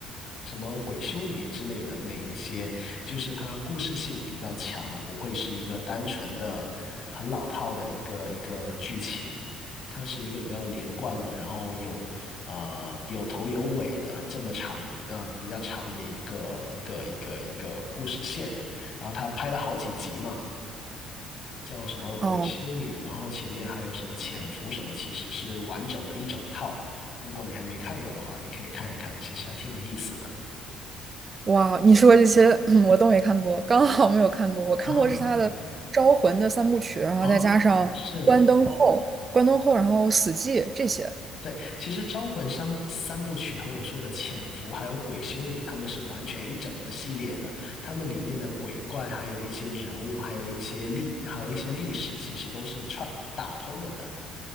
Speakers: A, on the left; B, on the right.
A: 什么《鬼修女》之类的那一些，就是它故事性比较强，不会是一个单纯的、很老套的一个一个剧情，它是一个比较连贯的，然后有呃有头有尾的这么长啊呃比较长的一个一个一个一个故事线，然后它拍了好几集嘛。叫什么《鬼修女》，
B: 哦，
A: 然后前面还有什么《潜伏》什么，其实是完整的一整套。如果你还没看过的话，你可以看一看，其实还挺有意思的。
B: 哇，你说这些 <clears throat> 我都没看过，刚好没有看过。我看过是他的《招魂》的三部曲，
A: 啊，
B: 然后再加上《关灯后》、
A: 哦，是，
B: 《关灯后》，然后《死寂》这些
A: 对，其实《招魂三》三部曲和我说的《潜伏》还有《鬼修女》，他们是完全一整个系列的。他们里面的鬼怪，还有一些人物，还有一些历，还有一些历史，其实都是串打通了的，